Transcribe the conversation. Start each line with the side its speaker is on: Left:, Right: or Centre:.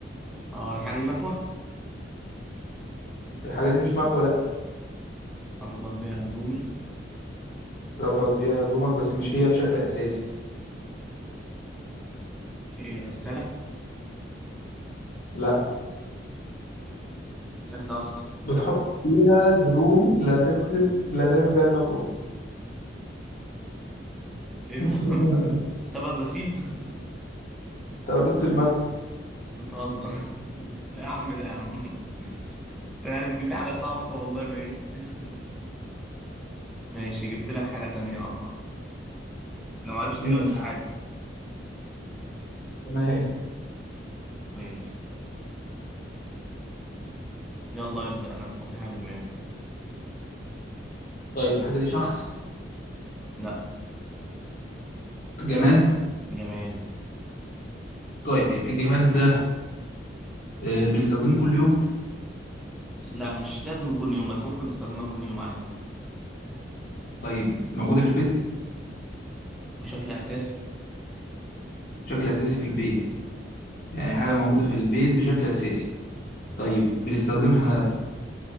Centre: اه الحاجة دي مكوة
Left: الحاجة دي مش مكوة لا
Centre: اظبط بيها هدومي
Left: تظبط بيها هدومك بس مش هي بشكل أساسي
Centre: إيه غسالة
Left: لا
Centre: شكلها اقصر
Left: بتحطها الهدوم اللي هتغسل اللي هتعمل بيها المكوة
Centre: ايه
Left: <laughs>
Centre: هو؟ <laughs> سبت غسيل
Left: ترابيزة المكوة
Centre: بتهزر <laughs> يا عم ده يا عم <laughs> انت يعني بتجيب لي حاجة صعبة طب والله ماشي <laughs> ماشي جبت لك حاجة تانية اصعب لو معرفتش تجيبها
Left: امم
Centre: عادي
Left: تمام
Centre: <laughs> ماشي يلا ابدأ انا هحط حاجة في دماغي
Left: طيب الحاجة دي شخص
Centre: لا
Left: جماد
Centre: جماد
Left: طيب الجماد ده آه، بنستخدمه كل يوم
Centre: لا مش لازم كل يوم بس ممكن تستخدمها كل يوم عادي
Left: طيب موجودة في البيت
Centre: بشكل أساسي
Left: بشكل أساسي في البيت يعني حاجة موجودة في البيت بشكل أساسي طيب بنستخدمها